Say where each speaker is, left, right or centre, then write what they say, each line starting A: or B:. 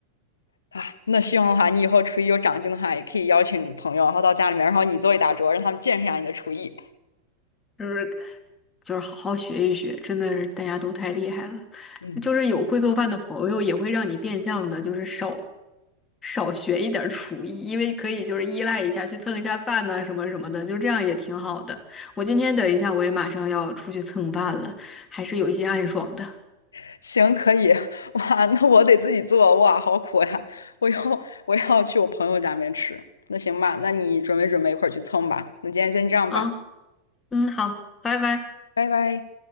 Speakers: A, on the left; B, on the left.
A: 啊，那希望的话，你以后厨艺有长进的话，也可以邀请朋友，然后到家里面，然后你做一大桌，让他们见识一下你的厨艺。
B: 就是就是好好学一学，真的是大家都太厉害了。
A: 嗯，
B: 就是有会做饭的朋友，也会让你变相的，就是少少学一点儿厨艺，因为可以就是依赖一下，去蹭一下饭呐、什么什么的，就这样也挺好的。我今天等一下，我也马上要出去蹭饭了，还是有一些暗爽的
A: <laughs> 行，可以。<laughs> 哇，那我得自己做，哇，好苦呀！我要我要去我朋友家里面吃。那行吧，那你准备准备，一块儿去蹭吧。那今天先这样吧，
B: 啊。嗯，好，拜拜。
A: 拜拜。